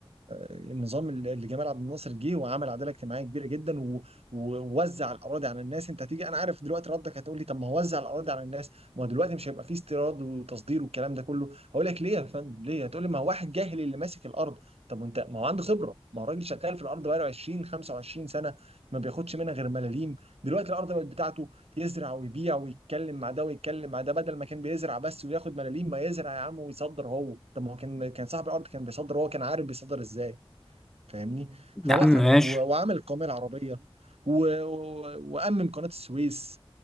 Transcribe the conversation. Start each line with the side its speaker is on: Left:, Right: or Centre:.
Right: النظام اللي جمال عبد الناصر جه وعمل عداله اجتماعيه كبيره جدا و- ووزع الاراضي على الناس انت هتيجي انا عارف دلوقتي ردك هتقول لي طب ما هو وزع الاراضي على الناس ما هو دلوقتي مش هيبقى فيه استيراد وتصدير والكلام ده كله هقول لك ليه يا فندم ليه هتقول لي ما هو واحد جاهل اللي ماسك الارض طب وانت ما هو عنده خبره ما هو راجل شغال في الارض بقاله 20 25 سنه ما بياخدش منها غير ملاليم دلوقتي الارض بقت بتاعته يزرع ويبيع ويتكلم مع ده ويتكلم مع ده بدل ما كان بيزرع بس وياخد ملاليم ما يزرع يا عم ويصدر هو طب ما هو كان كان صاحب الارض كان بيصدر هو كان عارف بيصدر ازاي فاهمني فلا
Centre: يا عم ماشي
Right: انا و- وعمل القوميه العربيه و... و... وامم قناه السويس